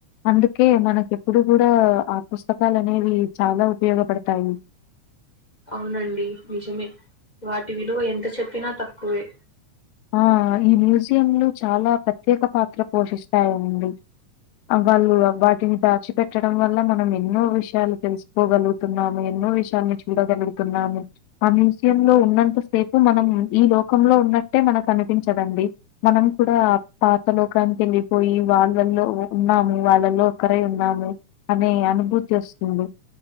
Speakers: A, on the left; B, on the left.
A: అందు ఓకే మనకి ఎప్పుడు కూడా ఆ పుస్తకాలు అనేవి చాలా ఉపయోగపడతాయి
B: అవునండి నిజమే వాటి విలువ ఎంత చెప్పినా తక్కువే
A: ఆ ఈ మ్యూజియంలు చాలా పెద్ద ప్రత్యేక పాత్ర పోషిస్తాయిండి వాళ్ళు వాటిని దాచి పెట్టడం వల్ల మనం ఎన్నో విషయాలు తెలుసుకోగలుగుతున్నాము ఎన్నో విషయాలని చూడగలుగు తునము ఆ మ్యూజియం లో ఉన్నంత సేపు మనం ఈ లోకంలో ఉన్న మనకి అనిపించదండి మనం కూడా పాత లోకానికి వెళ్ళిపోయి వాళ్ళలో ఉ వాళ్ళలో ఒకరై ఉన్నాము అనే అనుభూతి వస్తుంది